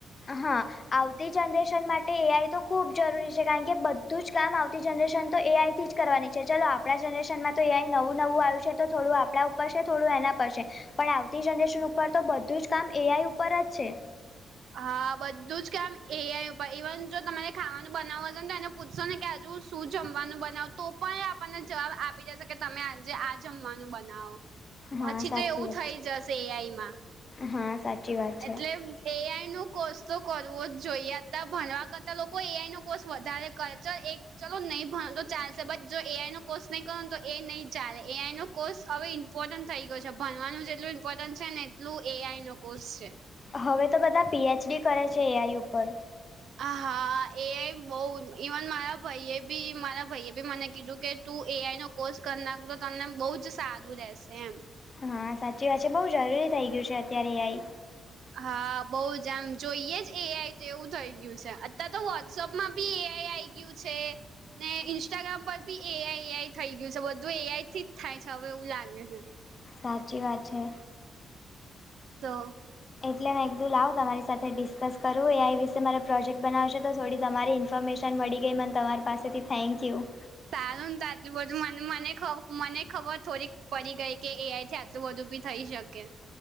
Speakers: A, on the left; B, on the right.
A: હા આવતી જનરેશન માટે એઆઈ તો ખૂબ જરૂરી છે કારણ કે બધું જ કામ આવતી જનરેશન તો એઆઈથી જ કરવાની છે ચાલો આપણા જનરેશનમાં તો એ આઈ નવું નવું આવ્યું છે તો થોડું આપણા ઉપર છે થોડું એના પર છે પણ આવતી જનરેશન ઉપર તો બધું જ કામ એ આઈ ઉપર જ છે.
B: હા બધું જ કેમ એઆઈ ઉપર ઈવન જો તમારે ખાવાનું બનાવવું હશે ને તો એને પૂછશો ને કે શું જમવાનું બનાવો તો પણ એ આપણને જવાબ આપી દેશે કે તમે આજે આ જમવાનું બનાવો. પછી
A: હા સાચી
B: તો એવું
A: વાત
B: થઈ
A: છે.
B: જશે એ આઈમાં.
A: હા સાચ.
B: એટલે
A: હ <inaudible>
B: કોર્ષ તો કરવો જ જોઈએ અત્યાર ભણવા કરતા લોકો એઆઈ નો કોર્ષ વધારે કરે છે. ચાલલો નહીં ભણ તો ચાલશે બટ જો એઆઈ નો કોર્સ નહી કરો તો એ નહી ચાલે એઆઈ ન કોર્સ હવે ઇમ્પોર્ટન્ટ થઈ ગયો છે ભણવાનું જેટલુ ઇમ્પોર્ટન્ટ છે ને એટલું એ આઈ નો કોર્સ છે.
A: હવે તો બધા પીએચડી કરે છે એઆઈ ઉપર.
B: હા એઆઈ બહ ઇવન મારા ભાઈએ બી મારા ભાઈએ બી મને કીધું કે તું એઆઈ નો કોર્સ કરનાર તો તમને બહુ જ સારું રહેશે એમ.
A: હા સાચી વાત છે બહુ જરૂરી થઈ ગયું છે અત્યારે એઆઈ.
B: હા બઉુ જ આમ જોઈએ જ એઆઈ તો એવું થઈ ગયું છે અતાર તો વોટ્સપ માં બી એઆઈ આઈ કયું છે. ને ઇન્સ્ટાગ્રામ પર બી એઆઈ એઆઈ થઈ ગયું છે બધું એઆઈ થી જ થાય છે હવે એવું લાગે છેને.
A: સાચી વાત છે.
B: તો
A: એટલે હ એકદુલ આવ તમારી સાથે ડિસ્કસ કરું એ વિશે મારે પ્રોજેક્ટ બનાવશે તો થોડી તમારી ઇન્ફોર્મેશન મળી ગઈ મને તમારી પાસેથી થેન્ક યુ
B: સારું ને ત આટલું બધું મ મને મને ખબર થોડીક પડી ગઈ કે એઆઈ એટલું બધું બી થઈ શકે.